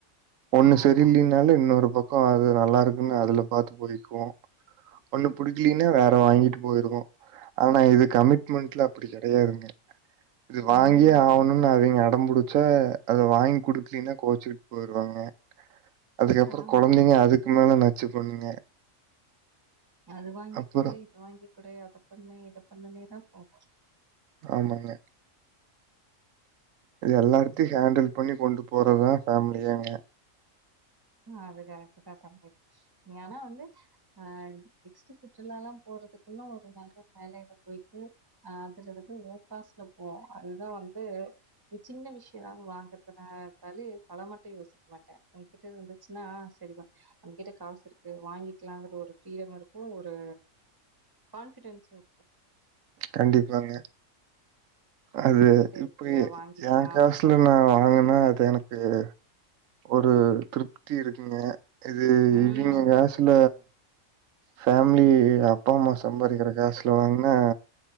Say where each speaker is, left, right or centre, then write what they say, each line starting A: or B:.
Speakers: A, on the right (about 85°); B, on the right (about 20°).
A: ஒன்னு
B: ஆமா
A: சரியில்லின் னாலு இன்னோரு பக்கோ அது நல்லா இருக்குன் அதுல பாத்து போய்க்குவோ ஒண்ணு புடிக்கலினா வேற வாங்கிட்டு போயிருவோ ஆனா இது கமிட்மெண்ட்ல அப்டி கெடையாதுங்க இது வாங்கியே
B: ம்
A: ஆவுணுன்னு அவிங் க அடம் புடிச்சா அத வாங்கி குடுக்லின்னா கோவ்ச்சிட் போய்ருவாங்க அதுக்கப்றோ
B: ஆ
A: கொழந்தைங்க
B: ஆமா
A: அதுக்கு மேல நச்சு பண்ணுங்க
B: அது வாங்கி
A: அப்புறம்
B: குடு இது வாங்கி குடு அத பண்ணு இத பண்ணுனேதா போகு
A: ஆமாங்க இது எல்லார்டையு ஹேண்டில் பண்ணி கொண்டு போறத் தா ஃபேமிலியேங்க
B: அது கரெட்டு தா தம்பி ஆனா வந்து அ நெக்ஸ்ட்டு சுற்றுலாலா போறதுக்குள்ள ஒரு நல்ல வேலைல போய்ட்டு அ அதுல வந்து ஓ காசுல போ அதுதா வந்து சின்ன விஷயோ வாங்கறதுன இருந்தாலே பல மாட்டு யோசிக்க மாட்டே உன்கிட்ட இருந்து ச்சுன்னா சரி தா ஒங்கிட்ட காசு இருக்கு வாங்கிக்கலாங்கற ஒரு ப்ரீடம் இருக்கு ஒரு கான்பிடென்ஸு இருக்கு
A: கண்டிப்பாங்க அது
B: நம்ம கிட்ட
A: இப்ப
B: இருக்குல்ல வாங்கிக்கலா
A: எ காசுல
B: அப்டின்னுதா தோணு
A: நா வாங்குனா அது எனக்கு கு‌ ஒரு திருப்தி இருக்குங்க இதே
B: ம்
A: இவிங்க காசுல ஃபேமிலி அப்பா அம்மா சம்பாதிக்கிற காசுல வாங்குனா